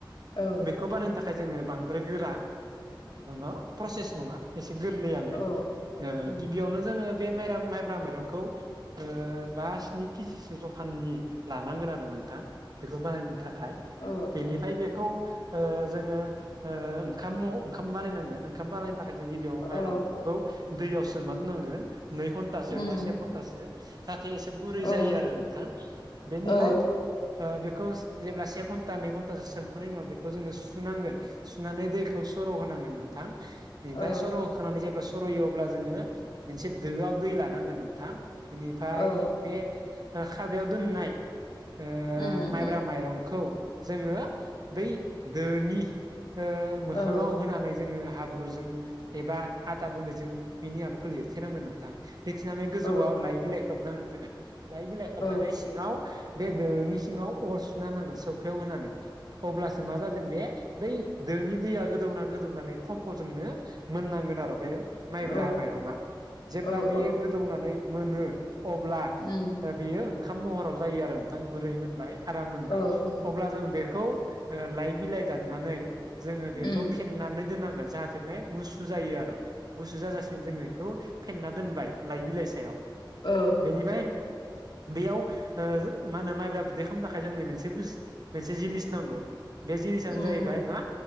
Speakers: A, on the left; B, on the right.
A: औ
B: बेखौ बानायनो थाख खाय जोङो बांद्राय गोरा ओ प्रसेस नङा एसे गोरलैयानो।
A: औ
B: ओ
A: उम
B: गिबियावनो जोङो बे माइब्रा माइरंखौ ओ बा स्नि केजिसो जखाननि लानांगोन आरो नोंथां, बेखौ बानायनो थाखाय,
A: औ
B: बेनिफ्राय बेखौ ओ जोङो ओ ओंखाम ओंखाम बानायनांगोन ओंखाम बानायनो थाखाय जों गिबियाव माइब्रा
A: औ
B: माइरं खौ दैयाव सोमनादोनांगोन नै घन्टासो
A: उम
B: बा से घन्टासो जाहाथे एसे गुरै
A: औ
B: जायो आरो नोंथां। बेनिफ्राय
A: औ
B: ओ बेखौ जेब्ला से घन्टा नै घन्टासो सोमखांनायनि उनाव बेखौ जोङो सुनांगोन सुनानै दैखौ सर' होनांगोन नोंथां। ओनिफ्राय
A: औ
B: सर' होखांनानै जेब्ला सर' होयो अब्ला जोङो मोनसे दोआव दै लानांगोन नोंथां। बेनिफ्राय
A: औ
B: बे खादायाव दोननाय ओ
A: उम
B: माइब्रा
A: उम
B: माइरंखौ जोङो बै दोनि ओ मोखाङाव
A: औ
B: होनानै जोङो हाब्रुजों एबा आथा गुन्दैजों बिनि माबाखौ लिरथेनांगोन नोंथां। लिरथेनानै गोजौआव
A: औ
B: लाइ बिलाइ खोबनांगोन जोङो, लाइ बिलाइ खोबनानै
A: औ
B: सि सिङाव बे दोनि सिङाव अर सुना होनांगोन सौखायाव होनानै। अब्लासो मा जागोन बे? बै दोनि दैया गोदौना गोदौनानै खफ'जोंनो मोननांगोन आरो बे माइब्रा
A: औ
B: माइरङा, जेब्ला
A: औ
B: बेयो
A: औ
B: गोदौनानै मोनो अब्ला
A: उम
B: बेयो ओंखाम महराव जायो आरो नोंथां गुरै मोनबाय आराम मोनबाय
A: औ उम
B: अब्ला जों बेखौ ओ लाइ बिलाइ दाननानै जोङो बेखौ
A: उम
B: फेननानै दोननांगोन जाहाथे बे गुसु जायो आरो। गुसु जाजासिम जोङो बेखौ फेनना दोनबाय लाइ बिलाइ सायाव।
A: औ।
B: बेनिफ्राय बेयाव ओ मा होनो माइब्रा बिदै खालामनो थाखाय जोंनो मोनसे बुस मोनसे जिनिस नांगोन, बे जिनिसानो
A: उम
B: जाहैबाय
A: उम
B: मा